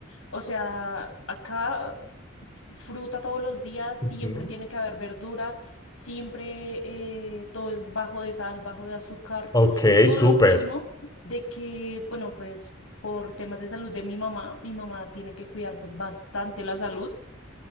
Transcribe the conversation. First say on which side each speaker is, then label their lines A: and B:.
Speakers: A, on the left; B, on the left.
A: o sea, acá f- fruta todos los días,
B: Ujú.
A: siempre tiene que haber verdura, siempre eh, todo es bajo de sal, bajo de azúcar,
B: Ok,
A: por
B: súper.
A: lo mismo de que, bueno, pues por temas de salud de mi mamá, mi mamá tiene que cuidarse bastante la salud.